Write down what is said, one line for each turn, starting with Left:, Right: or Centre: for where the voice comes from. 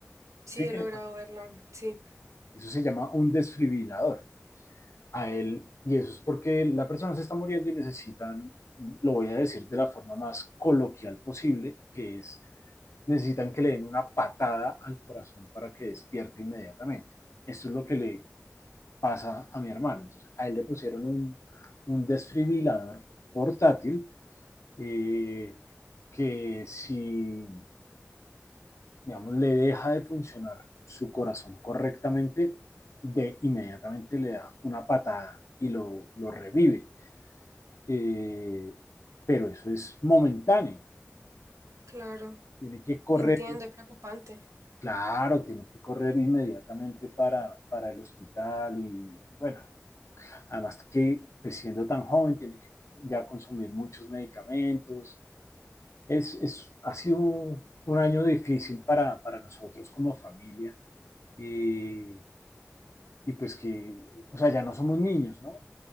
Right: Sí,
Left: ¿sí?
Right: he
Left: Que
Right: logrado
Left: le,
Right: verlo. Sí,
Left: eso se llama un desfibrilador a él y eso es porque la persona se está muriendo y necesitan, lo voy a decir de la forma más coloquial posible, que es necesitan que le den una patada al corazón para que despierte inmediatamente. Esto es lo que le pasa a mi hermano. Entonces, a él le pusieron un, un desfibrilador portátil eh, que si, digamos, le deja de funcionar su corazón correctamente, de inmediatamente le da una patada y lo, lo revive. Eh, pero eso es momentáneo.
Right: claro.
Left: Tiene que correr
Right: Entiendo, es preocupante.
Left: Claro, tiene que correr inmediatamente para, para el hospital y bueno, además que pues, siendo tan joven tiene que ya consumir muchos medicamentos. Es, es, ha sido un, un año difícil para, para nosotros como familia y, y pues que, o sea, ya no somos niños, ¿no?